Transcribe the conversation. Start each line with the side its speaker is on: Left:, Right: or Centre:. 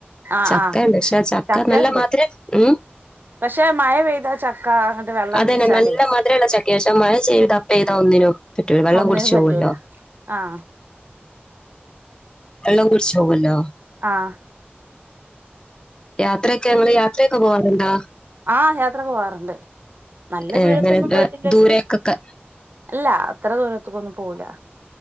Right: ആഹ്
Left: ചക്ക
Right: ആഹ്
Left: ഉണ്ട് പക്ഷേ ചക്ക
Right: ചക്കണ്ട്
Left: നല്ല മധുരം ഉം
Right: പക്ഷെ മയ പെയ്താ ചക്ക വെള്ളം
Left: അതന്നെ
Right: കുടിച്ചാലേ
Left: നല്ല മതിരോള്ള ചക്കയാ പക്ഷെ മഴ ചെയ്ത പെയ്ത ഒന്നിനും പറ്റൂല വെള്ളം
Right: ഒന്നിനും
Left: കുടിച്ച്
Right: പറ്റൂല
Left: പോവല്ലോ
Right: ആഹ്
Left: വെള്ളം കുടിച്ചു പോവൂല്ലോ
Right: ആഹ്
Left: യാത്രയൊക്കെങ്ങള് യാത്രയൊക്കെ പോവാറ്ണ്ടോ?
Right: ആ യാത്രക്കെ പോവാറ്ണ്ട് നല്ല
Left: ഏഹ്
Right: ദൂരത്തൊന്നും
Left: അങ്ങനെ
Right: പോയിട്ടില്ലെങ്കിലും
Left: ഏഹ് ദൂരേക്കൊക്കെ
Right: ഇല്ല അത്ര ദൂരത്ത്ക്കൊന്നും പോവൂല